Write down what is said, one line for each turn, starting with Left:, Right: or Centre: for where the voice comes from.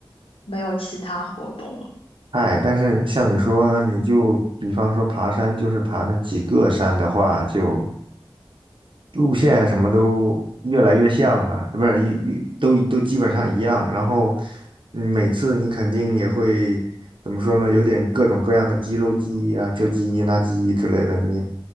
Left: 没有其他活动了。
Right: 哎，但是像你说，你就比方说爬山，就是爬那几个山的话，就路线什么都越来越像了，不是，一一都一都基本上一样。然后嗯每次你肯定也会怎么说呢？有点各种各样的肌肉记忆啊，这记忆那记忆之类的。你